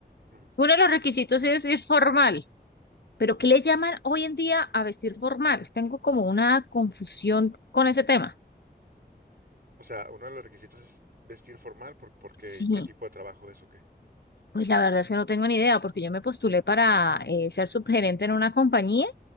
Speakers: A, on the right (about 65°); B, on the left (about 80°).
A: ujú,
B: uno de los requisitos es ir formal. pero ¿qué le llaman hoy en día a vestir formal? Tengo como una confusión con ese tema.
A: O sea, uno de los requisitos es vestir formal por, porque
B: Sí.
A: qué tipo de trabajo es o qué.
B: Pues la verdad es que no tengo ni idea, porque yo me postulé para eh, ser subgerente en una compañía